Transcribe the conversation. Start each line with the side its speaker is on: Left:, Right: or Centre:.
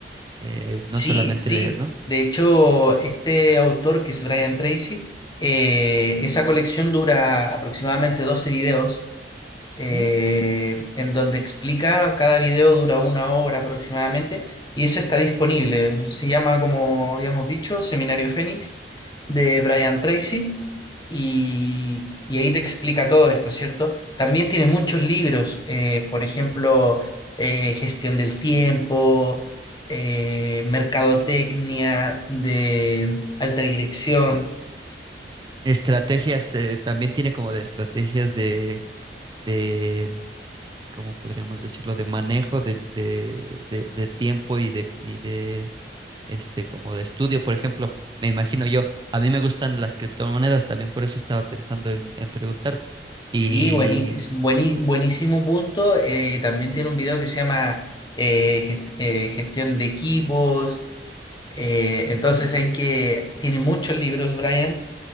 Right: eh, no
Left: Sí,
Right: solamente
Left: sí.
Right: leer, ¿no?
Left: De hecho, este autor, que es Brian Tracy, eh, esa colección dura aproximadamente 12 videos
Right: Ujú.
Left: eh, en donde explica, cada video dura una hora aproximadamente, y eso está disponible. Se llama, como habíamos dicho, Seminario Fénix de Brian Tracy, y, y ahí te explica todo esto, ¿cierto? También tiene muchos libros, eh, por ejemplo, eh, Gestión del Tiempo. eh, mercadotecnia de alta dirección,
Right: Estrategias, eh, también tiene como de estrategias de, de, mm, ¿cómo podríamos decirlo? De manejo del- de, de, de tiempo y de, y de este, como de estudio, por ejemplo, me imagino yo, a mí me gustan las criptomonedas, también por eso estaba pensando en, en preguntarte. Y
Left: Sí, buení- buení- buenísimo punto. Eh, también tiene un video que se llama eh, gest- eh, Gestión de Equipos. Eh, entonces hay que, tiene muchos libros, Brian.